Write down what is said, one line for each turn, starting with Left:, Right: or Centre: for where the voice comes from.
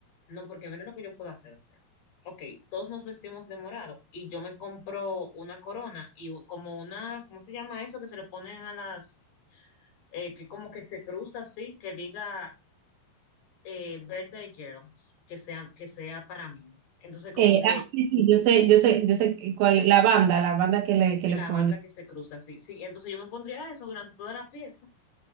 Left: No, porque mira lo que yo puedo hacer. O sea, ok, todos nos vestimos de morado y yo me compro una corona y u- como una, ¿cómo se llama eso? Que se le ponen a las, eh, que como que se cruza así, que diga eh, Birthday Girl, que sea, que sea para mí. Entonces, como
Right: Eh,
Left: que
Right: ah, sí, sí, yo sé, yo sé, yo sé cuál, la banda, la banda que le, que
Left: la
Right: le ponen.
Left: banda que se cruza así. Sí, entonces yo me pondría eso durante toda la fiesta.